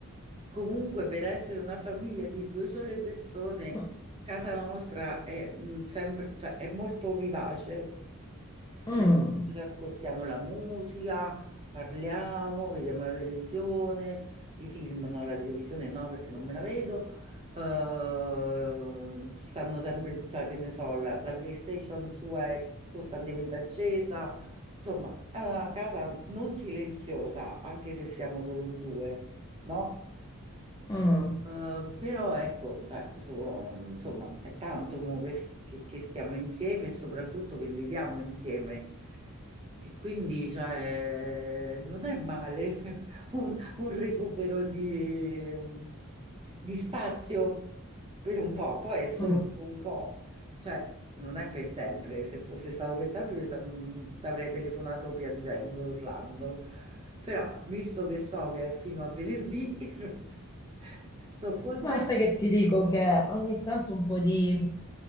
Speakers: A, on the right (about 25°); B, on the left (about 15°).
A: comunque per essere una famiglia di due sole persone,
B: Mm,
A: casa nostra è, mm, sempre, cioè, è molto vivace.
B: mm,
A: Nel senso che ascoltiamo la musica, parliamo, vediamo la televisione, i film, no, la televisione no perché non me la vedo. Eh, ci stanno sempre, cioè che ne so, la, la PlayStation sua è costantemente accesa. Insomma, è una casa non silenziosa, anche se siamo solo due, no?
B: mm.
A: Eh, però ecco, cioè, so- insomma, è tanto mo che, che- che stiamo insieme e soprattutto che viviamo insieme. E quindi, cioè, non è male <laughs> un, un recupero di, di spazio per un po', poi è solo
B: mm.
A: per un po', cioè, non è per sempre. Se fosse stato per sempre, ti avrei telefonato piangendo, urlando. Però, visto che so che è fino a venerdì, <laughs> sono contenta.
B: Ma sai che ti dico che ogni tanto un po' di,